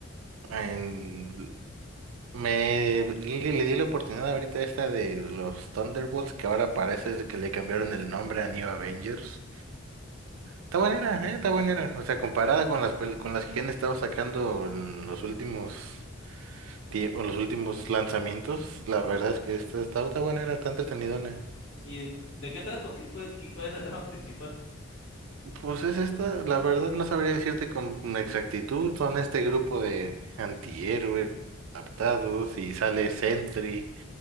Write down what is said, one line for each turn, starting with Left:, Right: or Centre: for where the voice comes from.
Right: En- Me... Le, le di la oportunidad ahorita esta de los Thunderbolts, que ahora parece que le cambiaron el nombre a New Avengers. Está buena, ¿eh? Está buena. O sea, comparada con las, pel- con las que han estado sacando en los últimos... tie- en los últimos lanzamientos, la verdad es que esta está, está buena, era tan entretenidona.
Left: ¿Y de qué trato? ¿Qué, cuál, qué- cuál es la trama principal?
Right: Pues es esta, la verdad no sabría decirte con exactitud, son este grupo de antihéroes adaptados y sale Sentry,